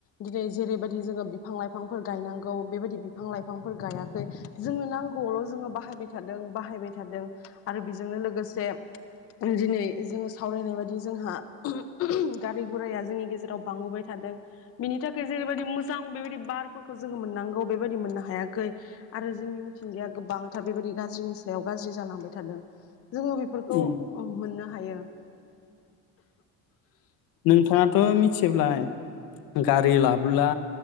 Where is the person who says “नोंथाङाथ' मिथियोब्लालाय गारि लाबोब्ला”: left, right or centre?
Left